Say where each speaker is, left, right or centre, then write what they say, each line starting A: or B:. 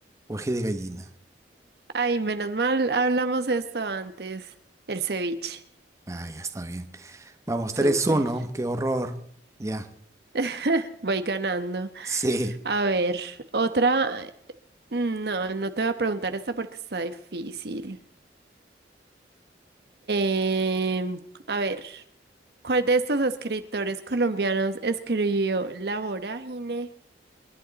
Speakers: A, on the right (about 15°); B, on the right (about 60°).
A: o ají de gallina.
B: Ay, menos mal hablamos esto antes. El ceviche.
A: Ah, ya está bien. Vamos, tres
B: Súper.
A: uno, qué horror. Ya,
B: <laughs> Voy ganando.
A: sí.
B: A ver, otra. mm, No, no te voy a preguntar esta porque está difícil. Em, a ver, ¿cuál de estos escritores colombianos escribió La Vorágine?